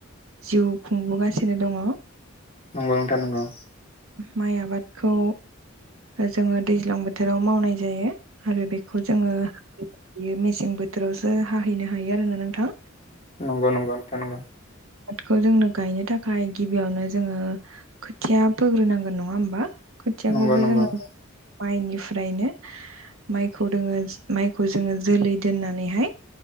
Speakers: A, on the right; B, on the left.
A: जिउ खुंबोगासिनो दङ
B: नंगौ नोंथां नांगौ।
A: माइ आबादखौ ओ जोङो दैज्लां बोथोराव मावनाय जायो। आरो बेखौ जोङो हैनो हायो मेसें बोथोरावसो हाहैनो हायो आरोना नोंथां।
B: नंगौ नंगौ नोंथां नंगौ।
A: खौ जोंनो गायनो थाखाय गिबियावनो जोङो खोथिया फोग्रोनांगोन नङा होमबा? खोथियाखौबो
B: नंगौ नंगौ
A: जोङो
B: नोंथां
A: माइनिफ्रायनो माइखौ दोङो माइखौ जोङो जोलै दोननानैहाय